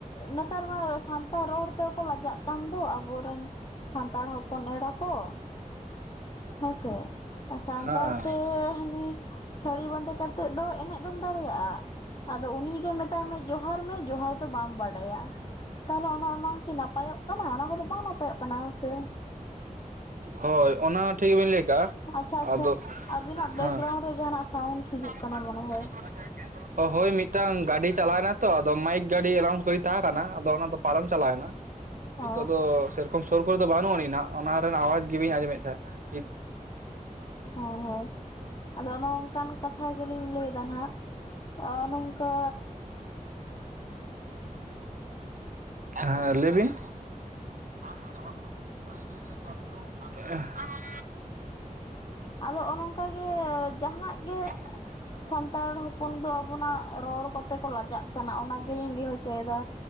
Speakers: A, on the left; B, on the right.
A: ᱱᱮᱛᱟᱨ ᱢᱟ ᱥᱟᱱᱛᱟᱲ ᱨᱚᱲᱼᱼ ᱡᱚᱛᱚ ᱠᱚ ᱞᱟᱡᱟᱜ ᱠᱟᱱ ᱫᱚ ᱟᱵᱚᱨᱮᱱ ᱥᱟᱱᱛᱟᱲ ᱦᱚᱯᱚᱱ ᱮᱨᱟ ᱠᱚ᱾ ᱦᱮᱸᱥᱮ ᱥᱟᱱᱛᱟᱲ
B: ᱦᱮᱸ
A: ᱛᱮ ᱦᱟᱹᱱᱤ ᱥᱟᱹᱲᱤ ᱵᱟᱸᱫᱮ ᱠᱟᱛᱮᱫ ᱫᱚ ᱮᱱᱮᱡᱼᱼ ᱟᱫᱚᱢ ᱫᱟᱲᱮᱭᱟᱜᱼᱟ ᱟᱫᱚ ᱩᱱᱤ ᱜᱮ ᱢᱮᱛᱟᱭ ᱢᱮ ᱡᱚᱦᱟᱨ ᱢᱮ ᱡᱚᱦᱟᱨ ᱫᱚ ᱵᱟᱢ ᱵᱟᱰᱟᱭᱟ᱾ ᱛᱟᱦᱚᱞᱮ ᱚᱱᱮ ᱚᱱᱟ ᱠᱤ ᱱᱟᱯᱟᱭᱚᱜ ᱠᱟᱱᱟ ᱚᱱᱟ ᱠᱚᱫᱚ ᱵᱟᱝ ᱱᱟᱯᱟᱭᱚᱜ ᱠᱟᱱᱟ ᱥᱮᱼᱼ
B: ᱦᱳᱭ ᱚᱱᱟ ᱴᱷᱤᱠ ᱜᱮᱵᱤᱱ ᱞᱟᱹᱭ ᱠᱟᱜᱼᱟ᱾
A: ᱟᱪᱪᱷᱟ ᱟᱪᱪᱷᱟ
B: ᱟᱫᱚ
A: ᱟᱵᱤᱱᱟᱜ ᱵᱮᱠᱜᱨᱟᱣᱩᱱᱰ
B: ᱦᱮᱸ
A: ᱨᱮ ᱡᱟᱦᱟᱱᱟᱜ ᱥᱟᱣᱩᱱᱰ ᱦᱤᱡᱩᱜ
B: <inaudible>
A: ᱠᱟᱱᱟ ᱢᱚᱱᱮ ᱦᱚᱭ
B: ᱚ ᱦᱳᱭ ᱢᱤᱫᱴᱟᱝ ᱜᱟᱹᱰᱤ ᱪᱟᱞᱟᱣᱱᱟ ᱛᱚ ᱟᱫᱚ ᱢᱟᱭᱤᱠ ᱜᱟᱹᱰᱤ ᱮᱞᱟᱣᱩᱱᱥ ᱜᱟᱹᱰᱤ ᱛᱟᱦᱮᱸ ᱠᱟᱱᱟ ᱟᱫᱚ ᱚᱱᱟ ᱫᱚ ᱯᱟᱨᱚᱢ ᱪᱟᱞᱟᱣᱱᱟ᱾ ᱱᱤᱛᱚᱜ
A: ᱚ
B: ᱫᱚ ᱥᱮᱨᱚᱠᱚᱢ ᱥᱩᱨ ᱠᱚᱨᱮ ᱫᱚ ᱵᱟᱹᱱᱩᱜ ᱟᱹᱱᱤᱡ ᱱᱟᱦᱟᱜ ᱚᱱᱟ ᱨᱮᱱᱟᱜ ᱟᱣᱟᱡᱽ ᱜᱮ ᱵᱟᱹᱧ ᱟᱸᱡᱚᱢᱮᱫ ᱛᱟᱦᱮᱸᱫ᱾
A: ᱦᱳᱸ ᱦᱳᱸ ᱟᱫᱚ ᱚᱱᱮ ᱚᱱᱠᱟᱱ ᱠᱟᱛᱷᱟ ᱜᱮᱞᱤᱧ ᱞᱟᱹᱭᱮᱫᱟ ᱱᱟᱦᱟᱜ ᱱᱚᱝᱠᱟ᱾
B: ᱦᱮᱸ ᱞᱟᱹᱭᱵᱤᱱ? ᱟᱥᱛᱮ ᱦᱚᱵᱮ ᱯᱨᱭᱳᱡᱚᱱᱭᱚ ᱛᱚᱛᱷᱚ <unintelligible>
A: ᱟᱫᱚ ᱚᱱᱠᱟ ᱜᱮ ᱡᱟᱦᱟᱜ ᱜᱮ
B: ᱦ
A: ᱥᱟᱱᱛᱟᱲ ᱦᱚᱯᱚᱱ ᱫᱚ ᱟᱵᱚᱱᱟᱜ ᱨᱚᱲ ᱠᱚᱛᱮ ᱠᱚ ᱞᱟᱡᱟᱜ ᱠᱟᱱᱟ ᱚᱱᱟ ᱜᱮᱞᱤᱧ ᱞᱟᱹᱭ ᱦᱚᱪᱚ ᱭᱮᱫᱟ᱾